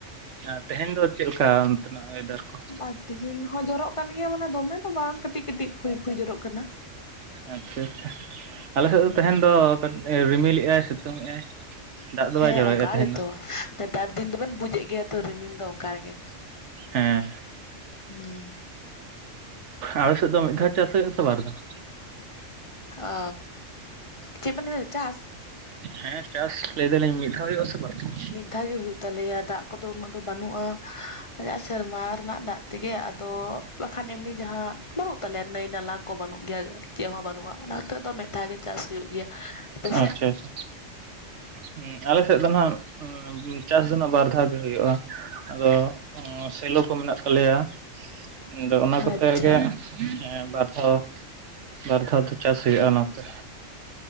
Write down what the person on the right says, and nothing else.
ᱟ ᱛᱮᱦᱮᱧ ᱫᱚ ᱪᱮᱫ ᱞᱮᱠᱟ ᱚᱱᱛᱮᱱᱟᱜ ᱚᱭᱮᱫᱟᱨ? ᱠᱚ?
ᱟᱪᱪᱷᱟ ᱟᱪᱪᱷᱟ ᱟᱞᱮ ᱥᱮᱫ
ᱫᱚ ᱛᱮᱦᱮᱧ ᱫᱚ ᱠᱟᱴ ᱨᱤᱢᱤᱞᱮᱜ-ᱟᱭ ᱥᱤᱛᱝᱮᱜ-ᱟᱭ᱾ ᱫᱟᱜ ᱫᱚ
ᱵᱟᱭ ᱡᱚᱨᱚᱭᱮᱫ-ᱟ
ᱛᱟᱦᱮᱧ
ᱫᱚ᱾
ᱦᱮᱸ
ᱟᱯᱮ ᱥᱮᱫ ᱫᱚ ᱢᱤᱫ
ᱫᱷᱟᱣ ᱪᱟᱥ ᱦᱩᱭᱩᱜᱼᱟ ᱥᱮ ᱵᱟᱨ ᱫᱷᱟᱣ?
ᱦᱮᱸ ᱪᱟᱥ ᱞᱟᱹᱭ ᱫᱟᱞᱤᱧ ᱢᱤᱫ ᱫᱷᱟᱣ ᱦᱩᱭᱩᱜᱼᱟ ᱥᱮ ᱵᱟᱨ ᱫᱷᱟᱣ?
ᱟᱪᱪᱷᱟ ᱟᱪᱪᱷᱟ᱾ ᱦᱩᱸ ᱟᱞᱮᱥᱮᱫ ᱫᱚ ᱱᱟᱦᱟᱜ ᱪᱟᱥ ᱫᱚ ᱱᱟᱜ ᱵᱟᱨ ᱫᱷᱟᱣ ᱜᱮ ᱦᱩᱭᱩᱜᱼᱟ᱾ ᱟᱫᱚ ᱩᱸ ᱥᱮᱞᱚ ᱠᱚ ᱢᱮᱱᱟᱜ ᱛᱟᱞᱮᱭᱟ, ᱟᱫᱚ ᱚᱱᱟ
ᱠᱚᱛᱮ ᱜᱮ ᱦᱮᱸ ᱵᱟᱨ ᱫᱷᱟᱣ ᱵᱟᱨ ᱫᱷᱟᱣ ᱫᱚ ᱪᱟᱥ ᱦᱩᱭᱩᱜᱼᱟ ᱚᱱᱟᱛᱮ᱾